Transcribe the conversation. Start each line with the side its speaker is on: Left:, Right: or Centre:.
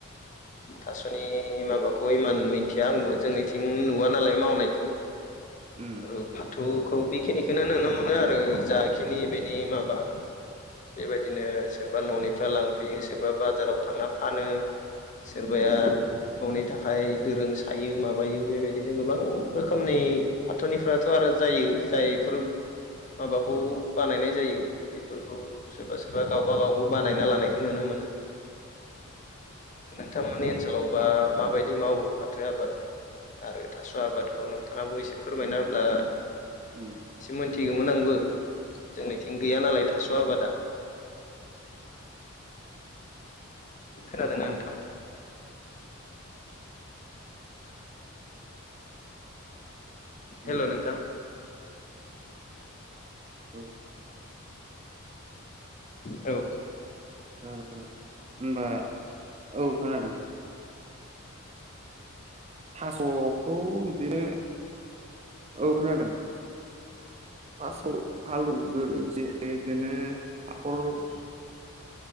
Right: <inaudible>
Left: थास'नि माबाखौहाय मान मिथिया आंबो जोंनिथिं नुव नालाय मावनायखौ
Right: उम
Left: आरो फाथौखौ बेखिनिखोनो नुनो मोनो आरो जाखिनि बेनि माबा बेबायदिनो सोरबा न'निफ्राय लांफैयो सोरबा बाजाराव थांना फानो। सोरबाया। न'नि थाखाय दोरों सायो माबायो बेबायदिनो गोबां रोखोमनि। फाथोनिफथ' आरो जायो जायफोर माबाखौ बानायनाय जायो बेफोरखौ। सोरबा सोरबा गावबा गाव बानायना लानायखौ नुनो मोनो। नोंथांमोननि ओनसोलावबा माबायदि मावो फाथो आबाद। आरो थास' आबादखौ नोंथाङाबो एसे फोरमायना होब्ला।
Right: उम।
Left: एसे मोनथिगौमोन आंबो जोंनिथिं गैया नालाय थास' आबादा। खोनादोंना नोंथां।
Right: ओम
Left: हेल'
Right: ओम
Left: नोंथां।
Right: औ।
Left: औ।
Right: होनबा औ खोनादों। थास'खौ बिदिनो। औ खोनादों। फासआव हालौवगोरो <unintelligible> <unintelligible> हाखर <unintelligible>
Left: <inaudible>